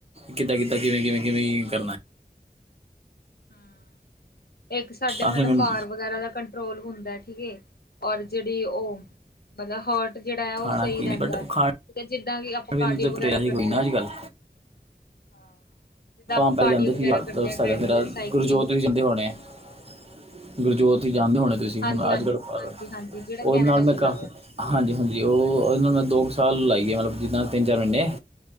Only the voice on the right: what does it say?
ਕਿੱਦਾਂ ਕਿਦਾਂ ਕਿਵੇਂ ਕਿਵੇਂ ਕਿਵੇਂ
ਕਰਨਾ ਹੈ
ਤਾਂ
ਫਿਰ ਮੈਨੂੰ
ਖਾਣਾ
ਕੀ
ਨਹੀਂ ਬਟ
ਖਾਣ
ਪੀਣ
ਨੂੰ ਤਾਂ
ਪ੍ਰੇਰਾ ਹੀ
ਕੋਈ ਨਾ
ਅੱਜ
ਕੱਲ੍ਹ
ਪਹਿਲੇ
ਜਾਂਦੇ ਸੀ
ਯਾਰ
ਦੋਸਤ
ਹੈਗਾ ਮੇਰਾ
ਗੁਰਜੋਤ ਵੀ ਜਾਂਦੇ ਹੋਣੇ ਹੈੁਰ ਜੋਥ ਜਾਂਦੇ ਹੋਣੇ ਤੁਸੀਂ
ਹੁਣ
ਅੱਜ ਕੱਲ੍ਹ
ਉਹਦੇ
ਨਾਲ ਮੈਂ
ਕਾਫ
ਹਾਂਜੀ ਹਾਂਜੀ ਉਹ ਉਹਦੇ ਨਾਲ ਮੈਂ ਦੋ ਕੁ ਸਾਲ ਲਾਈ ਹੈਲੋ ਜਿੱਦਾਂ ਤਿੰਨ ਚਾਰ ਮਹੀਨੇ